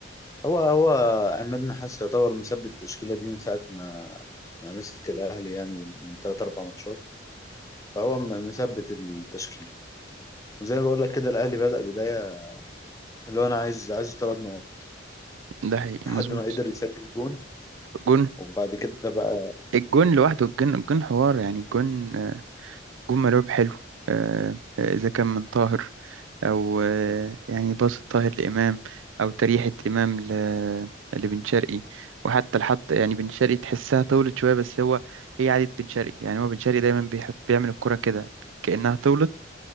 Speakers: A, on the left; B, on the right.
A: هو هو عماد نحاس يعتبر مثبت التشكيلة دي من ساعة ما ما مسك الأهلي يعني من تلات أربع ماتشات فهو م- مثبت التشكيل وزي ما بقول لك كده الأهلي بدأ بداية اللي هو انا عايز عايز ثلاث نقط
B: ده حقيقي
A: لحد
B: مظبوط
A: ما قدر يسجل جون
B: جون
A: وبعد كده بقى
B: الجون لوحده الجون الجون حوار يعني الجون آه، جون ملعوب حلو آه، آه، إذا كان من طاهر أو آه، يعني باص طاهر لإمام أو تريحة إمام ل- لبن شرقي وحتى الحط يعني بن شرقي تحسها طولت شوية بس هو هي عادة بن شرقي يعني هو بن شرقي دايما بيحط بيعمل الكرة كده كأنها طولت